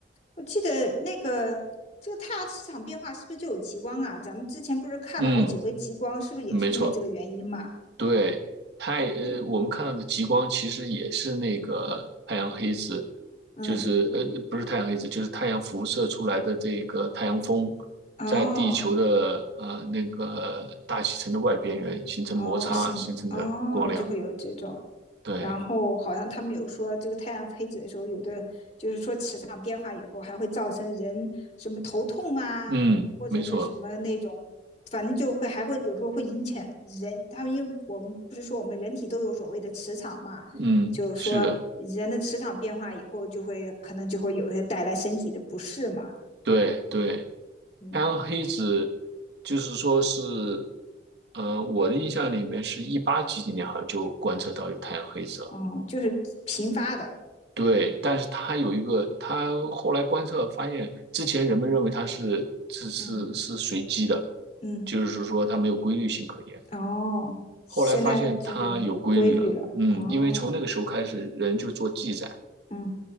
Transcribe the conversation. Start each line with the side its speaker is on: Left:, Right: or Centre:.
Left: 我记得那个这个太阳磁场变化是不是就有极光啊？咱们之前不是看了好几回极光，
Right: 嗯，
Left: 是不是也是因为这个原因嘛？
Right: 没错。对，太，呃，
Left: 嗯
Right: 我们看到的极光其实也是那个太阳黑子，
Left: 嗯，
Right: 就是呃，不是太阳黑子，就是太阳辐射出来的这个太阳风，
Left: 哦
Right: 在地球的呃那个大气层的外边缘形成摩擦形成的光亮。
Left: 哦，新疆哦，就会有这种。
Right: 对，
Left: 然后好像他们有说，这个太阳黑子的时候，有的就是说磁场变化以后，还会造成人什么头痛啊，
Right: 嗯，
Left: 或者是什么那种，
Right: 没错，
Left: 反正就会还会有时候会引起人。他们因为我们不是说我们人体都有所谓的磁场嘛，
Right: 嗯，
Left: 就是说人的磁场变化以后，
Right: 是的，
Left: 就会可能就会有一些带来身体的不适嘛。
Right: 对对，
Left: 嗯，
Right: 太阳黑子就是说是，呃，我的印象里面是一八几几年好像就观测到有太阳黑子了。
Left: 哦，就是频发的。
Right: 对，但是他有一个，他后来观测发现，之前人们认为它是是是是随机的，
Left: 嗯嗯。
Right: 就是说它没有规律性可言。
Left: 哦，现在就是规律了。
Right: 后来发现它有规律了，嗯，
Left: 哦，
Right: 因为从那个时候开始，人就做记载，
Left: 嗯，